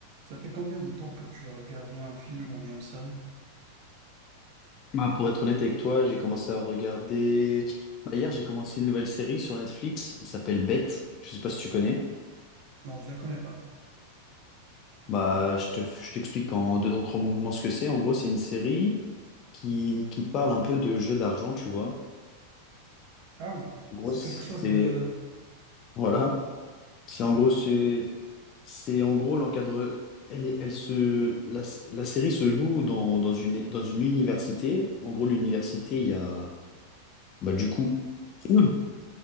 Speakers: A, on the right; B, on the left.
A: Ça fait combien de temps que tu as regardé un film ou bien une série?
B: Bah, pour être honnête avec toi, j'ai commencé à regarder. Bah, hier, j'ai commencé une nouvelle série sur Netflix. Elle s'appelle Bête. Je sais pas si tu connais.
A: Non, je la connais pas.
B: Bah, je te, je t'explique en deux en trois mouvements ce que c'est. En gros, c'est une série qui, qui parle un peu de jeu d'argent, tu vois.
A: Ah oui,
B: En gros,
A: c'est quelque chose
B: c'est
A: de...
B: voilà. C'est
A: c'est-
B: en gros c'est c'est en gros l'encadre. Elle est- elle se la, la série se joue dans, dans une dans une université. En gros, l'université, il y a bah, du coup il